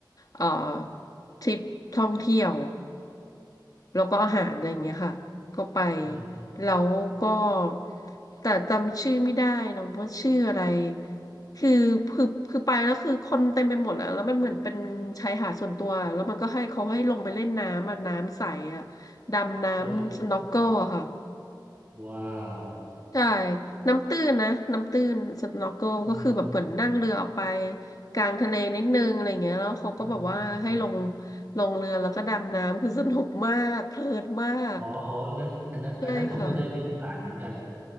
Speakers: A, on the left; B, on the right.
A: เอ่อทริปท่องเที่ยวแล้วก็อาหารอะไรอย่างเงี้ยค่ะก็ไป
B: อืม
A: แล้วก็แต่จำชื่อไม่ได้นะว่าชื่ออะไรคือคือคือไปแล้วคือคนเต็มไปหมดแล้วแล้วมันเหมือนเป็นชายหาดส่วนตัวแล้วมันก็ให้เขาให้ลงไปเล่นน้ำอ่ะน้ำใสอ่ะดำน้ำสน็อกเกิลอะค่ะ
B: โอ้ว้าว
A: ใช่ น้ำตื้นนะน้ำตื้นสน็อกเกิลก็คือแบบเหมือนนั่งเรือออกไป
B: อืมอืม
A: กลางทะเลนิดนึงอะไรเงี้ยแล้วเขาก็แบบว่าให้ลง
B: อืมอืม
A: ลงเรือแล้วก็ดำน้ำคือสนุกมากเพลินมาก
B: อ๋ออ๋ออันนั้นอันนั้นอันนั้นผมก็ได้มีโอกาสเหมือนกัน
A: ใช่ค่ะ